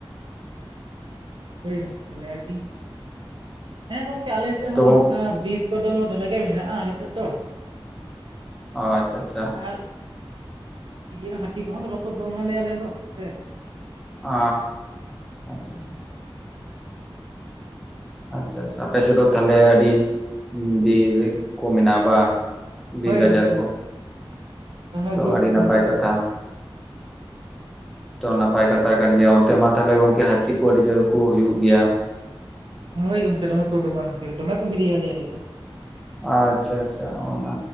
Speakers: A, on the right; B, in the centre.
A: ᱦᱳᱭ ᱜᱚᱝᱠᱮ ᱟᱹᱰᱤ ᱦᱮᱸ ᱜᱚᱝᱠᱮ ᱟᱞᱮ ᱥᱮᱫ ᱦᱚᱸ
B: ᱛᱚ
A: ᱱᱚᱝᱠᱟ
B: ᱜᱚᱝᱠᱮ
A: ᱵᱤᱨ ᱠᱚᱫᱚ ᱫᱚᱢᱮ ᱜᱮ ᱢᱮᱱᱟᱜ-ᱟ ᱟᱞᱮ ᱥᱮᱫ ᱫᱚ
B: ᱚ ᱟᱪᱪᱷᱟ ᱟᱪᱪᱷᱟ
A: ᱟᱨ ᱤᱭᱟᱹ ᱦᱟᱹᱛᱤ ᱠᱚᱦᱚᱸ ᱫᱚ ᱵᱟᱠᱚ ᱫᱚᱢ ᱟᱞᱮᱭᱟ ᱟᱞᱮ ᱫᱚ ᱚᱱᱛᱮ
B: ᱚ ᱟᱪᱪᱷᱟ ᱟᱪᱪᱷᱟ ᱟᱪᱪᱷᱟ ᱟᱯᱮᱥᱮᱫ ᱫᱚ ᱛᱟᱦᱚᱞᱮ ᱟᱹᱰᱤ ᱵᱤᱨ ᱠᱚ ᱢᱮᱱᱟᱜ-ᱟ ᱵᱟ ᱵᱤᱨ
A: ᱦᱳᱭ
B: ᱜᱟᱡᱟᱲ
A: ᱜᱚᱝᱠᱮ
B: ᱠᱚ
A: ᱫᱚᱢᱮ
B: ᱛᱚ
A: ᱵᱤᱨ
B: ᱟᱹᱰᱤ
A: ᱢᱮᱱᱟᱜ-ᱟ
B: ᱱᱟᱯᱟᱭ ᱠᱟᱛᱷᱟ ᱛᱚ ᱱᱟᱯᱟᱭ ᱠᱟᱛᱷᱟ ᱠᱟᱱ ᱜᱮᱭᱟ ᱚᱱᱛᱮ ᱢᱟ ᱛᱟᱦᱚᱞᱮ ᱜᱚᱝᱠᱮ ᱦᱟᱹᱛᱤ ᱠᱚ ᱟᱹᱰᱤ ᱡᱳᱨ ᱠᱚ ᱦᱩᱭᱩᱜ ᱜᱮᱭᱟ᱾
A: ᱦᱳᱭ ᱜᱚᱝᱠᱮ ᱫᱚᱢᱮ ᱩᱰᱩᱠ ᱜᱚᱢᱠᱮ ᱫᱚᱮ ᱠᱚ ᱦᱤᱨᱤᱭ ᱟᱞᱮ ᱟᱞᱮᱫᱚ᱾
B: ᱟᱪᱪᱷᱟ ᱟᱪᱪᱷᱟ ᱚᱱᱟ